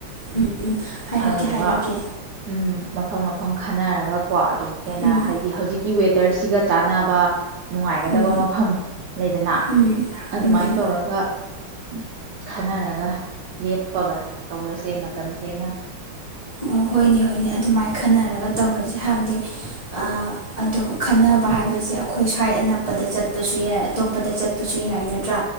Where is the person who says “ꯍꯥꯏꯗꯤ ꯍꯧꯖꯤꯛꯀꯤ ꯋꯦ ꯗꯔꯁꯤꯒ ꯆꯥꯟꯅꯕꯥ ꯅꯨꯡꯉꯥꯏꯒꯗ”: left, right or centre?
Right